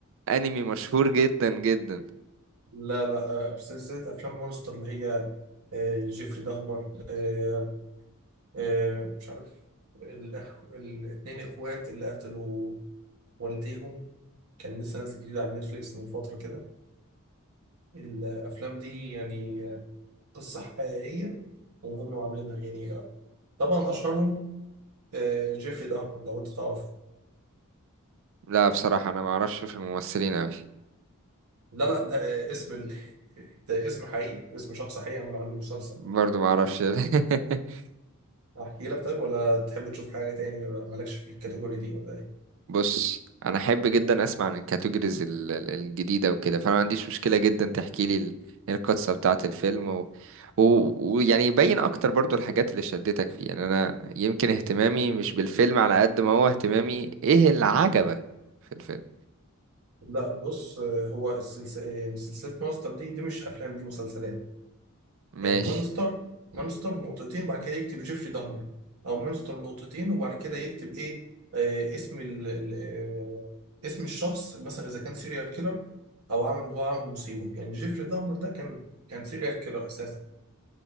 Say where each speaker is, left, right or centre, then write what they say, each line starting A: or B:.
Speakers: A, on the right; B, on the right.
A: انمي مشهور جدا جدا
B: لا لا آه، سلسله افلام مونستر اللي هي آه، جيفري دهمر آه، آه، مش عارف الأخ... الاتنين اخوات اللي قتلوا والديهم كان لسه نازل جديد على نتفليكس من فتره كده الافلام دي يعني آه، قصه حقيقيه وهم عاملينها يعني آه، طبعا اشهرهم آه، جيفري دهمر لو انت تعرفه
A: لا بصراحة انا ما اعرفش في الممثلين اوي
B: لا لا ده آه، اسم ال... <laughs> ده اسم حقيقي اسم شخص حقيقي عملوا عنه مسلسل
A: برضو ما اعرفش <laughs>
B: احكي لك طيب ولا تحب تشوف حاجة تاني ولا مالكش في الكاتيجوري دي ولا ايه
A: بص انا احب جدا اسمع عن الكاتيجوريز ال- ال- الجديده وكده فانا ما عنديش مشكله جدا تحكي لي ال- القصه بتاعه الفيلم ويعني و... و... ويعني يبين اكتر برضو الحاجات اللي شدتك فيه يعني انا يمكن اهتمامي مش بالفيلم على قد ما هو اهتمامي ايه اللي عجبك في الفيلم
B: لا بص آه، هو السلسلة سلسلة مونستر دي دي مش افلام دي مسلسلات يعني
A: ماشي
B: مونستر مونستر نقطتين بعد كده يكتب جيفري دهمر او مونستر نقطتين وبعد كده يكتب ايه آه اسم ال ال- آه، اسم الشخص مثلا اذا كان سيريال كيلر او عامل هو عامل مصيبة يعني جيفري دهمر ده كان كان سيريال كيلر اساسا